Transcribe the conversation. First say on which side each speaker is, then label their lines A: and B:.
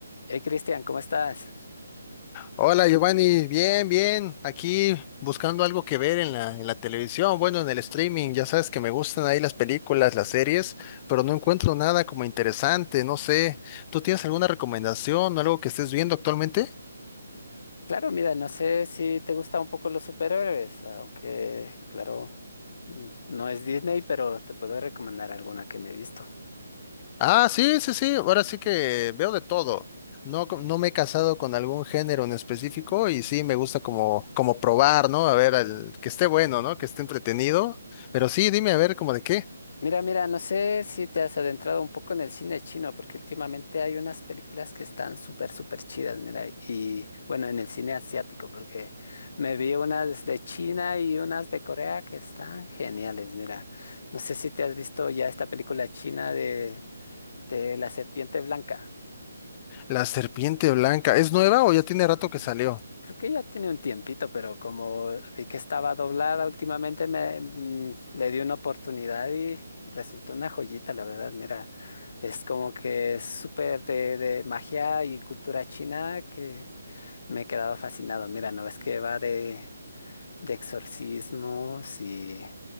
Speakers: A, on the left (about 50°); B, on the left (about 25°).
A: Hey, Cristian, ¿cómo estás?
B: Hola Giovanni, bien, bien, aquí buscando algo que ver en la, en la televisión, bueno, en el streaming, ya sabes que me gustan ahí las películas, las series, pero no encuentro nada como interesante, no sé, ¿tú tienes alguna recomendación, algo que estés viendo actualmente?
A: Claro, mira, no sé si te gustan un poco los superhéroes, aunque, claro, mm, no es Disney, pero te puedo recomendar alguna que me he visto.
B: Ah, sí, sí, sí, ahora sí que veo de todo, no, co- no me he casado con algún género en específico y sí, me gusta como, como probar, ¿no? A ver, al- que esté bueno, ¿no? Que esté entretenido, pero sí, dime a ver, como de qué.
A: Mira, mira, no sé si te has adentrado un poco en el cine chino, porque últimamente hay unas películas que están súper, súper chidas, mira, y bueno, en el cine asiático, porque me vi unas de China y unas de Corea que están geniales, mira. No sé si te has visto ya esta película china de, de La Serpiente Blanca.
B: La serpiente blanca. ¿Es nueva o ya tiene rato que salió?
A: Creo que ya tiene un tiempito, pero como vi que estaba doblada últimamente, me mm, le di una oportunidad y resultó una joyita, la verdad. Mira, es como que es súper de, de magia y cultura china que me he quedado fascinado. Mira, no ves que va de, de exorcismos y,